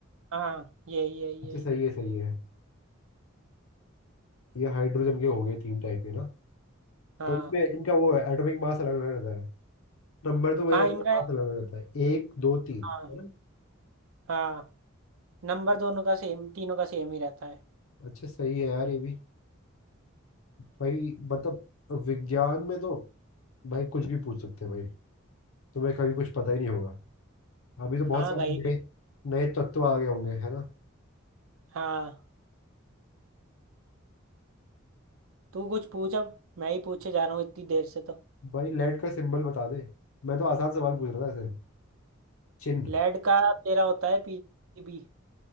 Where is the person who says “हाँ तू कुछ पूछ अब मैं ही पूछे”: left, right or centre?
Right